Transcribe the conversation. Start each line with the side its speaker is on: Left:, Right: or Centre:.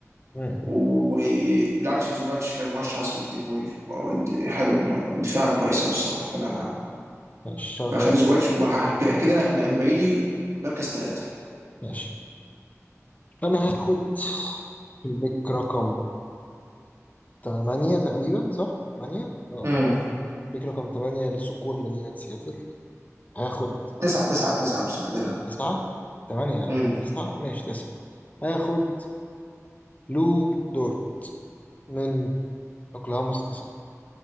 Left: مم.
Right: وبالعكس زوباتش كان مرشح اصلا للديبوي حلو ما- دفاع كويس قوي الصراحه فانا
Left: ماشي شوت
Right: فاخلي
Left: أوت
Right: زوباتش وكده انا انا أنا باقي لي مركز ثلاثه
Left: ماشي انا هاخد البيك رقم 8 تقريبا صح 8 اه
Right: امم
Left: بيك رقم 8 لصقور مدينة سياتل هاخد
Right: تسعه تسعه تسعه مش تسعه
Left: 9 8 يا عم
Right: امم
Left: 9 ماشي 9 هاخد لو دورت من اوكلاهوما سيتي سان